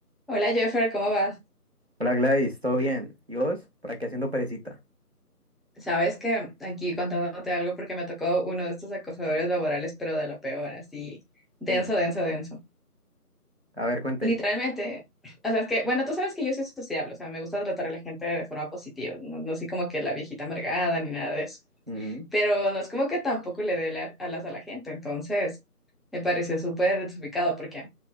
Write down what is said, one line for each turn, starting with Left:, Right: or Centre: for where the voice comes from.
Centre: Hola Jeffer, ¿cómo vas?
Right: Hola Gladys, ¿todo bien? ¿Y vos? Por aquí haciendo perecita.
Centre: Sabes que aquí contándote algo porque me tocó uno de estos acosadores laborales, pero de lo peor, así, denso,
Right: Mm,
Centre: denso, denso.
Right: A ver, cuente.
Centre: Literalmente, o sea, es que, bueno, tú sabes que yo soy sociable, o sea, me gusta tratar a la gente de forma positiva, no, no soy como que la viejita amargada ni nada de eso.
Right: Ujú,
Centre: Pero no es como que tampoco le dé la- alas a la gente, entonces me pareció súper desubicado porque